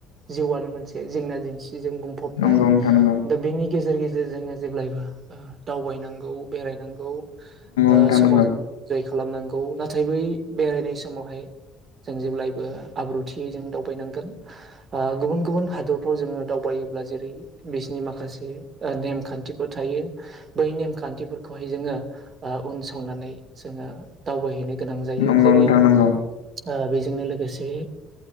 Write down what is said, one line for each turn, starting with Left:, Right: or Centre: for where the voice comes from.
Right: जिउआनो मोनसे जेंना जेंसि जों बुंफबनाय।
Left: नंगौ नंगौ
Right: दा बेनि गेजेर गेजेरजों जेब्लायबो ओ दावबायनांगौ बेरायनांगौ ओ
Left: नोंथां
Right: समाव
Left: नंगौ
Right: जोङ इन्जय खालामनांगौ। नाथाय नाथाय बै बेरायनाय समावहाय जों जेब्लायबो आब्रुथियै जों दावबायनांगोन ओ गुबुन गुबुन हादरफ्राव जोंङो दावबायोब्ला जेरै -बिसिनि नि माखासे नेमखान्थिफोर थायो। बै नेमखान्थिफोरखौहाय जोंङो ओ उन संनानै जों ओ दावबायहैनो गोनां जायो।
Left: नंगौ
Right: जेरै-ओ
Left: नोंथां नंगौ
Right: बेजोंनो लोगोसे